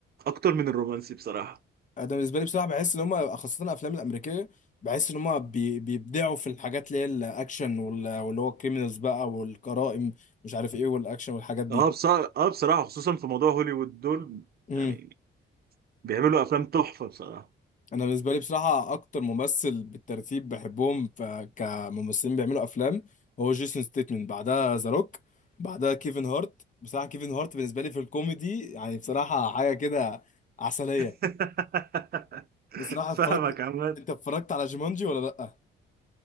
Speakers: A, on the right; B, on the left.
A: اكتر من الرومانسي بصراحه
B: انا بالنسبه لي بصراحه بحس ان هم خاصه الافلام الامريكيه بحس ان هم بي بيبدعوا في الحاجات اللي هي الاكشن وال- واللي هو الكريمنالز بقى والجرائم مش عارف ايه والاكشن والحاجات دي
A: اه بصراحة اه بصراحة خصوصا في موضوع هوليوود دول
B: امم
A: يعني بيعملوا افلام تحفة بصراحة
B: انا بالنسبه لي بصراحه اكتر ممثل بالترتيب بحبهم ف- كممثلين بيعملوا افلام هو جيسون ستيتمن بعدها ذا روك بعدها كيفن هارت بصراحه كيفن هارت بالنسبه لي في الكوميدي يعني بصراحه حاجه كده عسليه
A: <laughs>
B: بصراحه
A: فاهمك
B: اتفرجت
A: عماد
B: انت اتفرجت على جيمانجي ولا لا